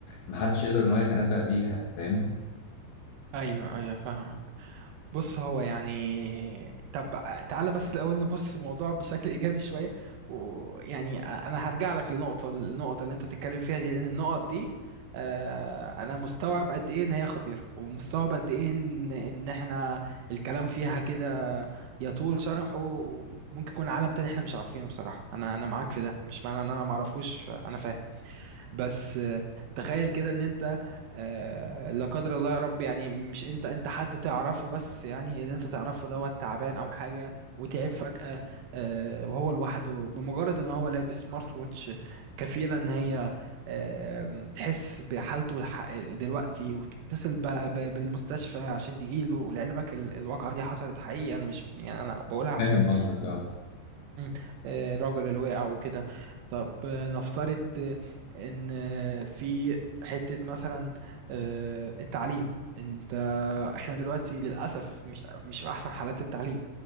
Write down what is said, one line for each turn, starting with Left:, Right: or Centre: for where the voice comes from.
Left: محدش يقدر ان هو يتنبأ بيها فاهم
Right: أيوه أيوه فاهمك بص هو يعني طب تعالى بس الأول نبص الموضوع بشكل إيجابي شوية ويعني أنا هرجع لك لنقطة النقطة اللي أنت بتتكلم فيها دي لأن النقط دي آه، أنا مستوعب قد إيه إن هي خطيرة ومستوعب قد إيه إن إن إحنا الكلام فيها كده يطول شرحه وممكن يكون عالم تاني إحنا مش عارفينه بصراحة أنا أنا معاك في ده مش معنى إن أنا معرفوش أنا فاهم بس آه، تخيل كده ان انت آه، لا قدر الله يا رب يعني مش انت انت حد تعرفه بس يعني اللي انت تعرفه دوت تعبان او حاجه وتعب فجاه آه، وهو لوحده بمجرد ان هو لابس سمارت ووتش كفيله ان هي آه، تحس بحالته الح- دلوقتي وتتصل ب- ب- بالمستشفى عشان تجيله لعلمك ال- الواقعه دي حصلت حقيقي انا مش يعني انا بقولها عشان
Left: فاهم قصدك اه
Right: مم. آه، الرجل اللي وقع وكده طب آه، نفترض آه، ان آه، في حتة مثلا آه، التعليم انت احنا دلوقتي للأسف مش مش في احسن حالات التعليم